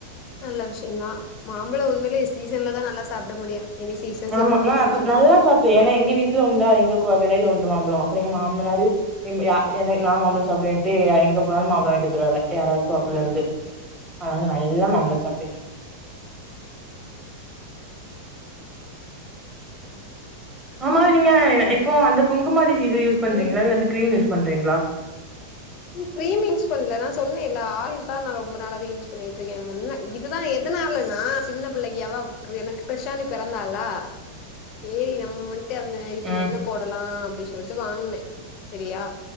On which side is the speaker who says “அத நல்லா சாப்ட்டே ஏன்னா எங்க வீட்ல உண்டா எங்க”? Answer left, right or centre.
Right